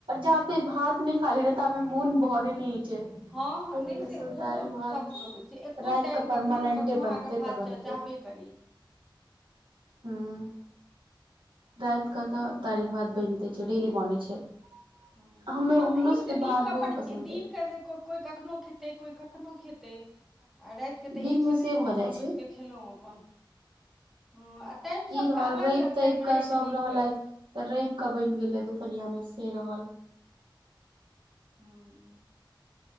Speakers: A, on the right; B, in the centre.
A: जाबै भात नै खा लेबय ताबै मोन भरेै नै छै तै
B: हँ हँ नै
A: वजह
B: से ओ
A: दालि भात
B: सबके होइ छै एक्को
A: राति
B: टाइम
A: कऽ परमानेंटे
B: कखनो ने कखनो
A: बनतै
B: अहाँ के भात
A: तऽ बनतै
B: चा चाहबे करी
A: हुँ राइत क तऽ दाइल भात बैनते छै, डेली बनेै छै
B: हँ-
A: हमरा
B: हँ
A: हमरो
B: तऽ ई
A: सबके
B: होय छै
A: भात
B: दिनक
A: बहुत
B: अपन
A: पसन्द
B: दिनक
A: अइ
B: ज कोइ कखनो खेतै कोइ कखनो खेतै आ राइत के तऽ
A: दिनमे
B: एक संगे
A: से
B: सब
A: भऽ जाइ
B: अपन बैस
A: छै
B: कऽ खेलौं अपन हँ आ टाइम सबके
A: ई रहल
B: अलग-
A: रवि
B: अलग
A: तवि
B: टाइम
A: कऽ
B: रहै
A: सब
B: छै दिनके
A: रहलथि तऽ रैव कऽ बैन गेलै दुपहरिया मे से रहल
B: हूँ